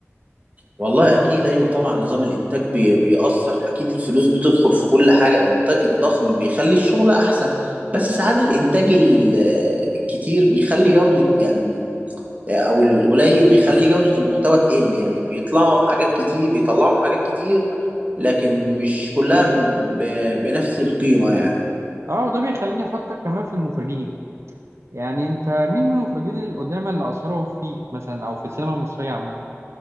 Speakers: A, on the right; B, on the right.
A: والله أكيد أيوة طبعا نظام الإنتاج بي... بيأثر أكيد الفلوس بتدخل في كل حاجة الإنتاج الضخم بيخلي الشغل أحسن بس ساعات الإنتاج ال- الكتير بيخلي جودة يعني او القليل بيخلي جودة المحتوى تقل يعني بيطلعوا حاجات كتير بيطلعوا حاجات كتير لكن مش كلها ب... ب- بنفس القيمة يعني
B: اه وده بيخليني أفكر كمان في المخرجين يعني أنت مين من المخرجين القدامى اللي أثروا فيك مثلا أو في السينما المصرية عامة؟